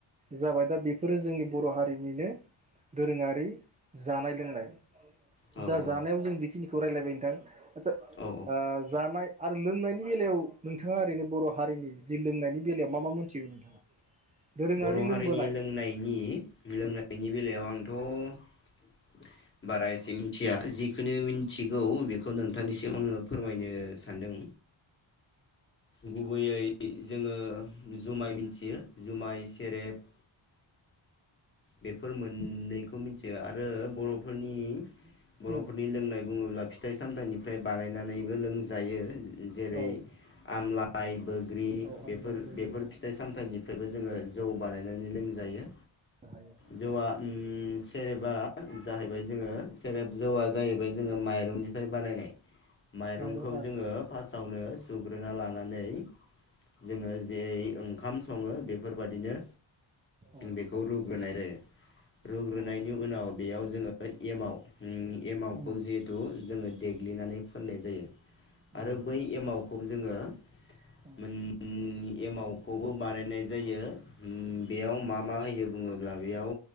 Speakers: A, on the right (about 15°); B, on the left (about 25°).
A: जाबाय, दा बेफोरो जोंनि बर' हारि बिनिनो दोरोङारि जानाय लोंनाय।
B: औ
A: दा जानायाव जों बेखिनि खौ रायलायबाय नोंथां। आतसा
B: औ
A: ओ जानाय आरो लोंनायनि बेलायाव नोंथाङा ओरैनो बर' हारिनि जि लोंनायनि बेलायाव मा मा मोनथिगौ नोंथाङा? दोरोङारि
B: बर' हारिनि
A: लोंबोनाय
B: लोंनायनि लोंनायनि बेलायाव आंथ' बाराय एसे मिथिया जि बेखौनो मिनथिगौ बेख बेखौ नोंथांनिसिम आङो फोरमायनो सानदों। गुबैयै जोङो जुमाय मिथियो जुमाय सेरेब बेफोर मोननैखौ मिथियो आरो बर'फोरनि बर'फोरनि
A: उम
B: लोंनाय बुङोब्ला फिथाइ सामथायाइनि ओमफाय बानायनानैबो लोंजायो। जेरै
A: औ
B: आमलाइ
A: उम
B: बोग्रि
A: औ आमलाय
B: बेफोर
A: बायदि
B: बेफोर
A: औ
B: फिथाइ सामथाइनिफ्रायबो जोङो जौ बानायनानै लोंजायो।
A: हायो
B: जौआ सेरेबा जाहैबाय जोङो सेरेब जौआ जाहैबाय जोङो माइरंनिफ्राय बानायनाय। माइरंखौ
A: माइरं आदसा
B: जोङो फास्टावनो सुग्रोना लानानै जोङो जेरै ओंखाम सङो बे बिदिनो
A: औ
B: बेखौ रु होननाय जायो। रुग्रोनायनि
A: अ
B: उनाव बेयाव जोङो एमाव एमावखौ
A: उम
B: जिहेथु जोङो देग्लिनानै फोननाय जायो। आरो
A: औ
B: बै एमावखौ जोङो
A: औ
B: मोन एमावखौबो बानायनाय जायो। ओम बेयाव मा मा होयो? बुङोब्ला बेयाव